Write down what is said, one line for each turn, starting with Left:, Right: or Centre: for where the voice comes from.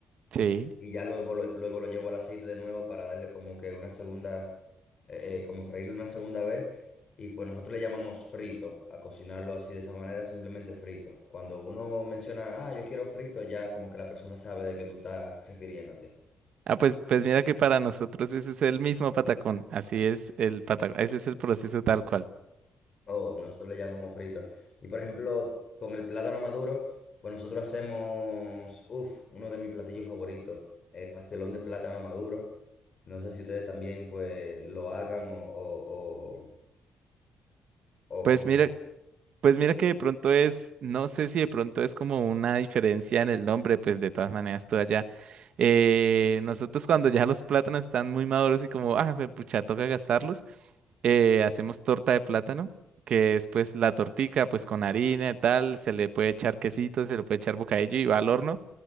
Right: Sí.
Left: Y ya luego lo, luego lo llevo al aceite de nuevo para darle como que una segunda, eh, eh, como freírlo una segunda vez. Y pues nosotros le llamamos frito, a cocinarlo así de esa manera, simplemente frito. Cuando uno menciona, ah, yo quiero frito, ya como que la persona sabe de qué tú estás refiriéndote.
Right: Ah, pues, pues mira que para nosotros ese es el mismo patacón. Así es el patacón. Ese es el proceso tal cual.
Left: Oh, nosotros le llamamos frito. Y por ejemplo, con el plátano maduro, pues nosotros hacemos, uff, uno de mis platillos favoritos, eh, pastelón de plátano maduro. No sé si ustedes también pues lo hagan o, o, o, o
Right: Pues
Left: como...
Right: mira, Pues mira que de pronto es, no sé si de pronto es como una diferencia en el nombre, pues de todas maneras todo allá. Eh, nosotros cuando ya los plátanos están muy maduros y como, ah, pucha, toca gastarlos, eh, hacemos torta de plátano, que es pues la tortica, pues con harina y tal, se le puede echar quesito, se le puede echar bocadillo y va al horno